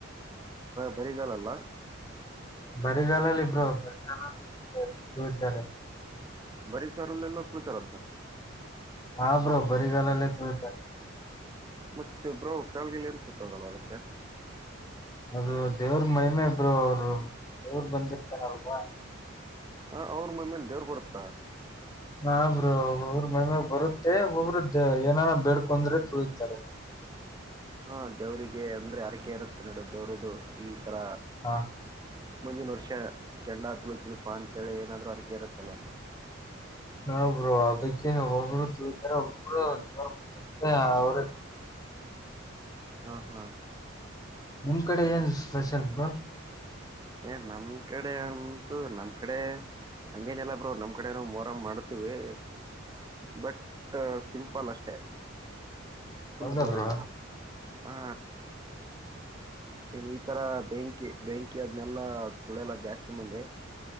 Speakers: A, on the right; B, on the left.
A: ಬರಿಗಾಲಿಅಲ್ಲ
B: ಬರಿಗಾಲಲ್ಲಿ ಇಬ್ರೋ ಬರಿಗಾಲಲ್ಲಿೂಳಾರೆ
A: ಬರಿ ಕಲಲ್ಲ ತುಳಿತರ
B: ಹಾ ಬ್ರೋ ಬರಿ ಗಾಲ ಅಲ್ಲ ತುಳೀತಾರೆ
A: ಮತ್ತೆಬ್ರೋ ಕಾಲ್ಗಿಲ್ಾರ ಸುಟ್ಟಂಗಲ್ಲ ಅದಕ್ಕೆ
B: ಅದು ದೇವ್ರ ಮಹಿಮೆ ಇಬ್ರು ಅವರು ದೇವರು ಬಂದಿರ್ತಾರಲ್ವಾ
A: ಹಾ, ಅವ್ರ ಮೇಲೆ ದೇವ್ರ ಬರುತ್ತಾ
B: ನಬ್್ರರು ಒಬ್ಬ್ರ ಮೈಮಾಗ ಬರುತ್ತೆ ಒಬ್ಬರು ಏನನ ಬೇಡ್ಕಂದ್ರಿ ಇದ್ದಾರೆ
A: ಹಾ ಜವರಿಗೆ ಅಂದ್ರೆ ಅರಕೆ ಇರುತ್ತ ನಡದುರದು ಈ ತರ
B: ಹಾ
A: ಮುಂದಿನ ವರ್ಷ ಕೆಂಡ ಹ ತುಳತೀನಿ ಫಾ ಅಂತೇಳಿ ಏನಾದರೂ ಅ್ರಕ ಇರುತ್ತಲ್ಲ
B: ಹಾ ಬ್ರೋ ಅದಕ್ಕೆ ಒಬ್ಬ್ರು ತುಳೀತಾರೆ ಒಬ್ಬರು ಜ ಮತ್ತೆ ಅವ್ರೇ
A: ಹಾ ಹಾ
B: ನಿಮ್ ಕಡೆ ಏನ್ ಸ್ಪೆಷಲ್ ಬ್ರೋ
A: ಏ ನಮ್ ಕಡೆ ಅಂತೂ ನಮ್ ಕಡೆ ಹಂಗೇನಲ್ಲ ಬ್ರೋ ನಮ್ ಕಡೆನ ಮೋರಂ್ ಮಾಡತಿವಿ ಬಟ್ ಸಿಂಪಲ್ ಅಷ್ಟೆ ಫುಲ್
B: ಹೌದಾ
A: ಜೋರಿ
B: ಬ್ರೋ
A: ಇಲ್ಲ ಹಾ ಇನ್ ಈ ತರ ಬೆಂಕಿ ಬೆಂಕಿ ಅದ್ನೆಲ್ಲ ತುಳಿಯಲ್ಲ ಜಾಸ್ತಿ ಮಂದಿ